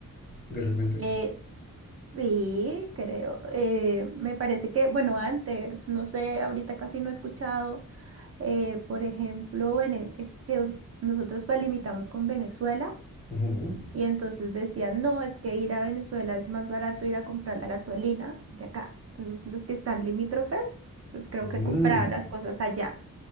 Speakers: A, on the left; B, on the right.
A: de repente?
B: Eh, sí, creo. Eh, me parece que, bueno, antes, no sé, ahorita casi no he escuchado. eh, por ejemplo, Vene- eh, que nosotros pues limitamos con Venezuela
A: Ujú.
B: y entonces decían, no, es que ir a Venezuela es más barato ir a comprar la gasolina que acá. Entonces los que están limítrofes, entonces creo
A: Mm,
B: que compraban las cosas allá.